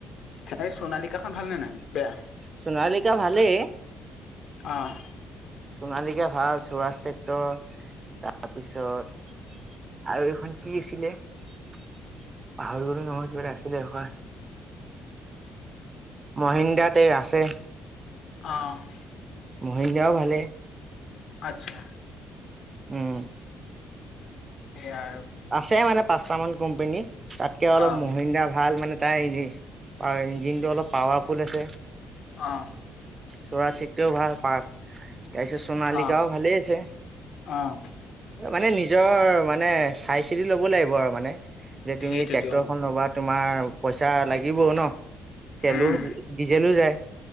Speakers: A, on the left; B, on the right.
A: এই সোণালীকাখন ভালনে নাই, বেয়া
B: সোণালিকা ভালেই
A: অ',
B: সোণালিকা ভাল, চোৰাজ ট্ৰেক্টৰ তাৰপিছত আৰু এইখন কি আছিলে, পাহৰি গলো নহয় কিবাটা আছিলে হয়। মহিন্দ্ৰাতে আছে।
A: অ',
B: মহিন্দ্ৰাও ভালে
A: আচ্ছা
B: উম,
A: সেয়া আৰু
B: আছে মানে, পাঁচটা মান কোম্পানী, তাতকে অলপ
A: অ',
B: মহিন্দ্ৰা ভাল। মানে তাৰ এই যি আৰু ইঞ্জিন টো অলপ পাৱাৰফুল আছে।
A: অ',
B: চৰাজ চিত্ৰাও ভাল, পাত তাৰপিছত সোনালিকাও
A: অ',
B: ভালেই আছে
A: অ',
B: মানে, নিজৰ মানে চাই চিতি ল'ব লাগিব আৰু মানে, যে তুমি
A: সেইটোৱেতো
B: ট্ৰেক্টৰ
A: অ',
B: খন ল'বা তোমাৰ, পইচা লাগিব ন তেলো
A: উম,
B: ডিজেলো যায়,